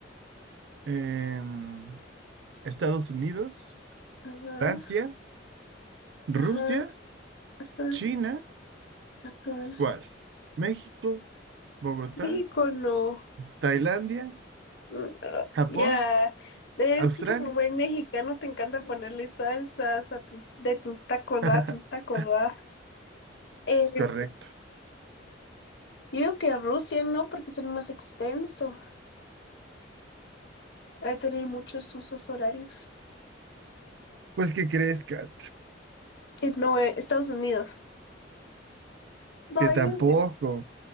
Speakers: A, on the right (about 65°); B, on the left (about 65°).
A: Em, Estados Unidos,
B: Ajá,
A: Francia, Rusia,
B: ajá, ajá,
A: China,
B: ajá.
A: ¿cuál? México, Bogotá,
B: México no.
A: Tailandia,
B: Mm, ah,
A: Japón,
B: Ya. Es
A: Australia.
B: que como buen mexicano te encanta ponerle salsas a tus, de tus tacos,
A: <laughs>
B: va, a tus tacos, va.
A: Es
B: Em,
A: correcto.
B: yo digo que Rusia no, porque es el más extenso. Va a tener muchos usos horarios.
A: Pues, ¿qué crees, Kat?
B: Que no, eh, Estados Unidos. No,
A: Que
B: yo
A: tampoco.
B: digo que Rusia.